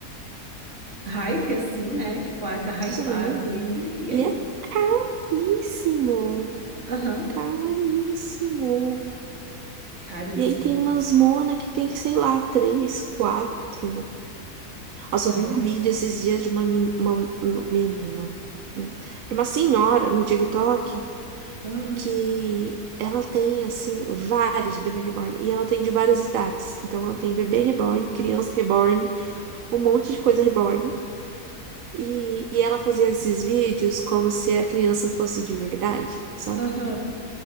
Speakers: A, on the right (about 50°); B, on the right (about 65°).
A: hype assim, né? Tipo, ai, tá hypado
B: Sim.
A: e,
B: E
A: e é isso.
B: é caríssimo,
A: Aham,
B: caríssimo.
A: caríssimo.
B: E aí tem umas mona que tem, sei lá, três, quatro. Nossa,
A: Aham,
B: eu vi um vídeo esses dias de uma, men- uma menina, né? É Uma senhora no TikTok
A: aham,
B: que ela tem, assim, vários bebê reborn. E ela tem de várias idades. Então ela tem bebê reborn, criança reborn, um monte de coisa reborn. E, e ela fazia esses vídeos como se a criança fosse de verdade, sabe?
A: aham.